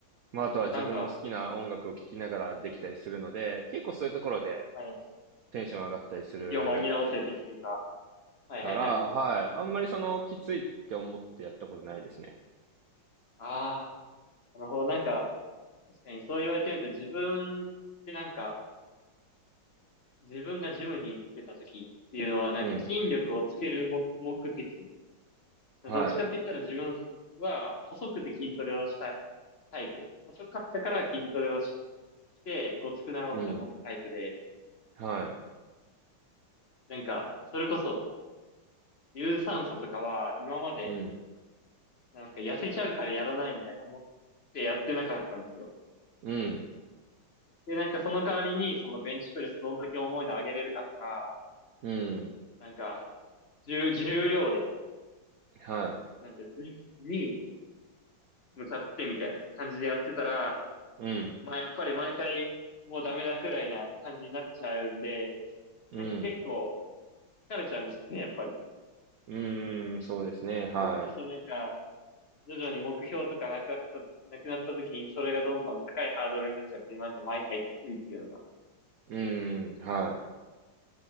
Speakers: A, on the right; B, on the left.
A: まあ、あとは自分の好きな音楽を聴きながらできたりするので、
B: なんか、
A: 結構そういうところで
B: はい、
A: テンション上がったりする
B: 気を紛らわせてっていうか、はいはいはい。
A: から、はい。あんまりその、きついって思ってやったことないですね。
B: ああ、なるほど、なんか、確かにそう言われてみると自分ってなんか、自分がジムに行ってた時っていうのはなんか筋力をつける目目的
A: うん。
B: どっちかって言ったら自分は細くて筋トレをしたい
A: は
B: タイプ。細かったから筋トレをし、してごつくなろうって思ったタイプで、
A: い。うん。はい。
B: なんか、それこそ、有酸素とかは今まで、
A: うん。
B: なんですか、痩せちゃうからやらないみたいな思ってやってなかったんですよ。
A: うん。
B: で、なんかその代わりに、そのベンチプレスどんだけ重いの上げれるかとか、
A: うん。
B: なんか、重、重量で、
A: は
B: なんていうの、にに向かってみたいな感じでやってたら、
A: い。うん。
B: まあやっぱり毎回もうダメだくらいな感じになっちゃうんで、
A: うん。
B: なんか結構疲れちゃうんですね、やっぱり。
A: うーん。そうですね。はい。
B: そうするとなんか、徐々に目標とかなくなった、なくなった時にそれがどんどん高いハードルになっちゃって、なんか毎回きついっていうのが。
A: うーん、はい、